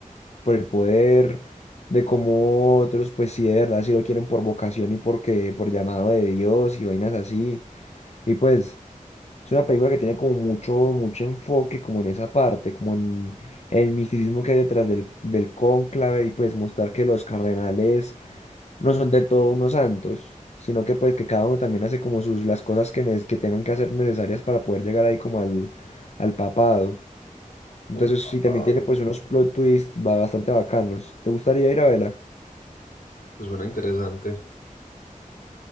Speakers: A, on the left; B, on the left.
A: por el poder, de cómo otros, pues sí, de verdad, sí lo quieren por vocación y porque, por llamado de Dios y vainas así. Y pues es una película que tiene como mucho, mucho enfoque como en esa parte, como en el misticismo que hay detrás del, del cónclave y pues mostrar que los cardenales no son del todo unos santos. sino que pues que cada uno también hace como sus las cosas que, nes- que tengan que hacer necesarias para poder llegar ahí como al, al papado. Entonces
B: al papado.
A: sí, también tiene pues unos plot twists ba- bastante bacanos. ¿Te gustaría ir a verla?
B: Pues suena interesante.